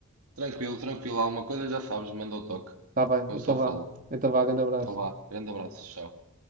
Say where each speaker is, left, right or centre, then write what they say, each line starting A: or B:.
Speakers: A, on the right; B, on the right.
A: tranquilo, tranquilo. Alguma coisa já sabes, manda o toque.
B: Está bem,
A: Uma
B: então
A: pessoa
B: vá.
A: fala.
B: Então vá, grande abraço.
A: Então vá, grande abraço, tchau.